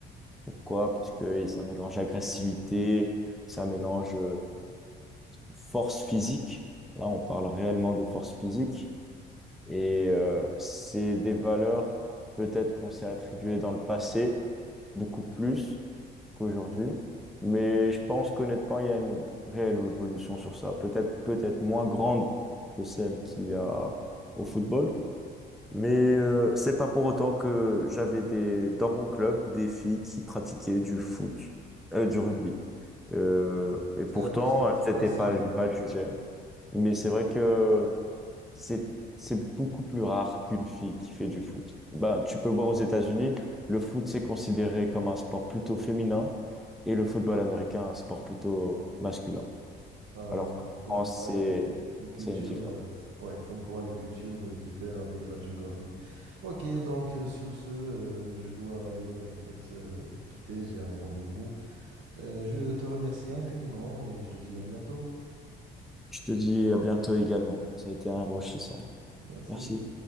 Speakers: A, in the centre; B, on the right.
A: Pourquoi? Parce que ça mélange agressivité, ça mélange euh, force physique. Là, on parle réellement de force physique. Et euh, c'est des valeurs peut-être qu'on s'est attribuées dans le passé, beaucoup plus qu'aujourd'hui. Mais je pense qu'honnêtement, il y a une réelle évolution sur ça. Peut-être, peut-être moins grande que celle qu'il y a au football mais euh,
B: Non,
A: c'est pas pour autant que j'avais des dans mon club des filles qui pratiquaient du foot, euh, du rugby. Euh, et
B: c'est
A: pourtant,
B: mais c'est- c'est
A: c'était
B: assez
A: pas
B: rare.
A: mal jugé. hein. Mais c'est vrai que c'est c'est beaucoup plus rare qu'une fille qui fait du foot. Ben, tu peux voir aux États-Unis, le foot c'est considéré comme un sport plutôt féminin et le football américain un sport plutôt masculin.
B: Ah
A: Alors
B: ouais.
A: qu'en
B: Comme
A: France,
B: quoi
A: c'est
B: les, les cultures,
A: c'est une différence.
B: euh, ouais, comme quoi les cultures euh, diffèrent avec la géographie. Ok, donc euh, sur ce, euh, je dois aller en fait euh, quitter, j'ai un rendez-vous. Euh, je te remercie infiniment et je te dis à bientôt.
A: Je te dis à bientôt également. Ça a été enrichissant.
B: Merci.
A: Merci.